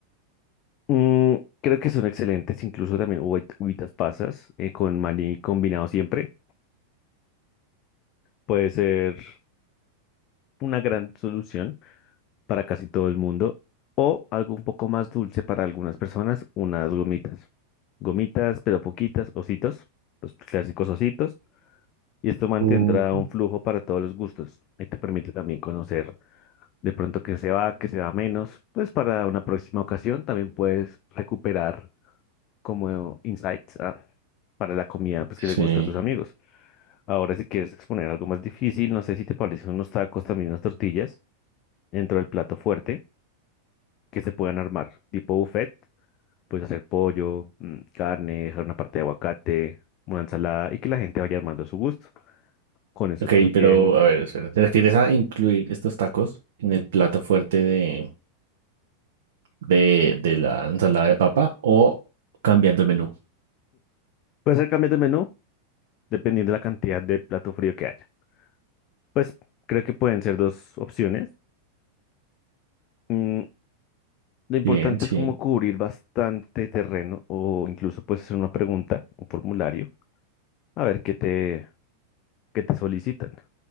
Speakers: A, on the left (about 40°); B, on the right (about 60°).
A: Mm, creo que son excelentes, incluso también uvait- uvitas pasas eh, con maní combinado siempre. Puede ser una gran solución para casi todo el mundo o algo un poco más dulce para algunas personas, unas gomitas. Gomitas, pero poquitas, ositos, los clásicos ositos Y esto mantendrá
B: O-
A: un flujo para todos los gustos y te permite también conocer de pronto qué se va, qué se va menos. Pues para una próxima ocasión también puedes recuperar como insights ah, para la comida pues,
B: Sí.
A: que le gusta a tus amigos. Ahora si quieres exponer algo más difícil, no sé si te parecen unos tacos, también unas tortillas dentro del plato fuerte que se puedan armar, tipo buffet, puedes hacer pollo, mm, carne, dejar una parte de aguacate, una ensalada y que la gente vaya armando a su gusto. Con eso
B: Ok,
A: también...
B: pero a ver, espera, ¿te refieres a incluir estos tacos en el plato fuerte de, de, de la ensalada de papa o cambiando el menú?
A: Puede ser cambios de menú dependiendo de la cantidad de plato frío que haya. Pues creo que pueden ser dos opciones. Mm, lo importante
B: Bien, sí.
A: es como cubrir bastante terreno o incluso puedes hacer una pregunta, un formulario, a ver qué te, qué te solicitan.